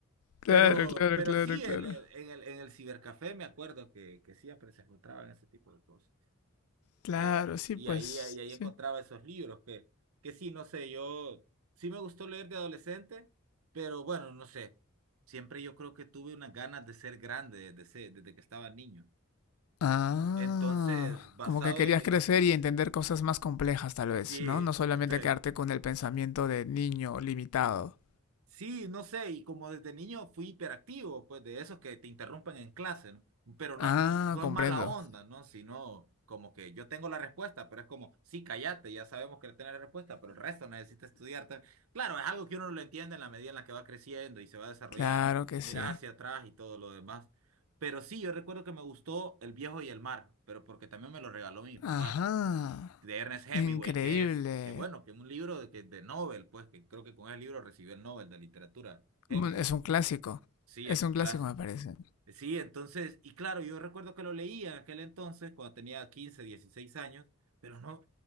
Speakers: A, on the left; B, on the right.
A: Claro,
B: Pero,
A: claro,
B: pero
A: claro,
B: sí,
A: claro.
B: en el, en el, en el cibercafé me acuerdo que, que siempre se encontraban ese tipo de cosas.
A: Claro,
B: Eh,
A: sí,
B: y
A: pues,
B: ahí, y ahí
A: sí.
B: encontraba esos libros que, que sí, no sé, yo sí me gustó leer de adolescente, pero bueno, no sé. Siempre yo creo que tuve unas ganas de ser grande desde, ese- desde que estaba niño.
A: Ah,
B: Entonces, basado
A: como que querías
B: en...
A: crecer y entender cosas más complejas, tal vez,
B: Sí,
A: ¿no? No solamente
B: entonces
A: quedarte con el pensamiento de niño limitado.
B: Sí, no sé, y como desde niño fui hiperactivo, pues de esos que te interrumpen en clase, ¿no? Pero
A: Ah,
B: no, no
A: comprendo.
B: es mala onda, ¿no? Sino como que yo tengo la respuesta, pero es como, sí, cállate, ya sabemos que no tienes la respuesta, pero el resto necesita estudiar. también. Claro, es algo que uno lo entiende en la medida en la que va creciendo y se va desarrollando,
A: Claro que
B: miras
A: sí.
B: hacia atrás y todo lo demás. Pero sí, yo recuerdo que me gustó El Viejo y el Mar, pero porque también me lo regaló mi papá
A: Ajá.
B: de Ernest Hemingway,
A: Increíble.
B: que es, que bueno, que es un libro de, que, de Nobel, pues, que creo que con ese libro recibió el Nobel de literatura, Hemingway.
A: Mm, Es un clásico.
B: Sí,
A: Es
B: es un
A: un
B: clásico.
A: clásico, me parece.
B: Sí, entonces, y claro, yo recuerdo que lo leía en aquel entonces, cuando tenía 15 16 años, pero no,